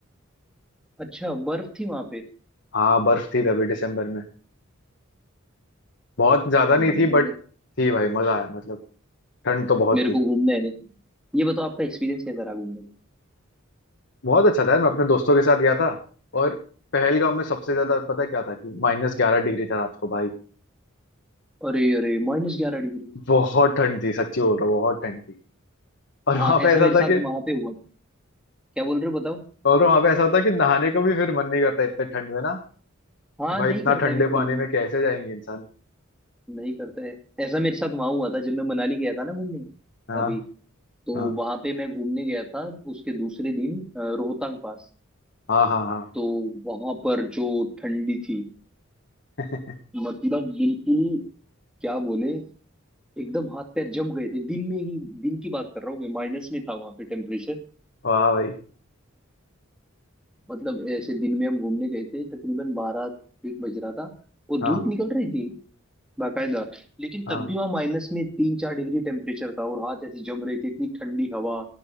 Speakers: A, in the centre; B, on the left.
A: अच्छा बर्फ थी वहां पे
B: हाँ बर्फ थी तभी दिसंबर में बहुत ज्यादा नहीं
A: बढ़िया
B: थी बट
A: है
B: थी भाई मजा आया मतलब ठंड तो बहुत
A: मेरे
B: थी
A: को घूमना है ये बताओ आपका एक्सपीरियंस कैसा रहा घूमने का
B: बहुत अच्छा था यार मैं अपने दोस्तों के साथ गया था और पहलगाम में सबसे ज्यादा पता है क्या था कि माइनस ग्यारह डिग्री था रात को भाई
A: अरे अरे माइनस ग्यारह डिग्री
B: बहुत ठंड थी सच्ची बोल रहा हूँ बहुत ठंड थी और
A: हाँ
B: वहां
A: ऐसा
B: पे ऐसा
A: मेरे साथ
B: था कि
A: वहां पे हुआ था क्या बोल रहे हो बताओ
B: और वहां पे ऐसा होता कि नहाने को भी फिर मन नहीं करता इतने ठंड में ना
A: हाँ
B: कि भाई
A: नहीं
B: इतना
A: करता
B: ठंडे
A: है बिल्कुल
B: पानी
A: भी
B: में कैसे जाएंगे इंसान
A: नहीं करता है ऐसा मेरे साथ वहां हुआ था जब मैं मनाली गया था ना घूमने
B: हाँ
A: अभी तो
B: हाँ
A: वहां पे मैं घूमने गया था उसके दूसरे दिन अ, रोहतांग पास
B: हाँ हाँ हाँ
A: तो वहां पर जो ठंडी थी
B: <laughs>
A: मतलब बिल्कुल ही क्या बोले एकदम हाथ पैर जम गए थे दिन में ही दिन की बात कर रहा हूँ मैं माइनस में था वहां पे टेम्परेचर
B: वाह भाई
A: मतलब ऐसे दिन में हम घूमने गए थे तकरीबन बारह एक बज रहा था और
B: हाँ
A: धूप निकल रही थी बाकायदा लेकिन
B: हाँ
A: तब भी वहां माइनस में तीन चार डिग्री टेम्परेचर था और हाथ ऐसे जम रहे थे इतनी ठंडी हवा